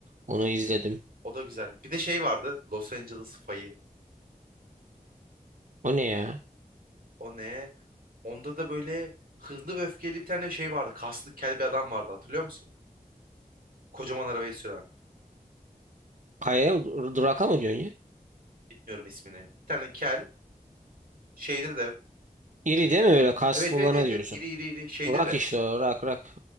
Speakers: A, on the right; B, on the right.
A: onu izledim.
B: O da güzeldi. Bir de şey vardı. Los Angeles Fayı.
A: O ne ya?
B: O ne? Onda da böyle hızlı ve öfkeli bir tane şey vardı. Kaslı kel bir adam vardı hatırlıyor musun? Kocaman arabayı süren.
A: Kayaya dur- duraka mı diyorsun ya?
B: Bilmiyorum ismini. Bir tane kel. Şeyde de.
A: İri
B: e,
A: değil mi böyle kaslı
B: evet evet
A: olana
B: evet
A: diyorsun.
B: evet. İri iri iri. Şeyde
A: Rak
B: de.
A: işte o rak rak.